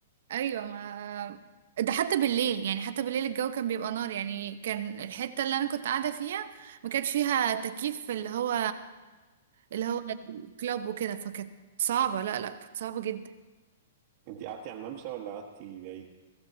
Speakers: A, on the right; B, on the right.
A: ايوه ما ده حتى بالليل يعني حتى بالليل الجو كان بيبقى نار يعني كان الحته اللي انا كنت قاعده فيها ما كانش فيها تكييف اللي هو اللي هو الكلاب وكده فكانت صعبه لا لا كانت صعبه جدا
B: أنت قعدتي على الممشى ولا قعدتي بعيد؟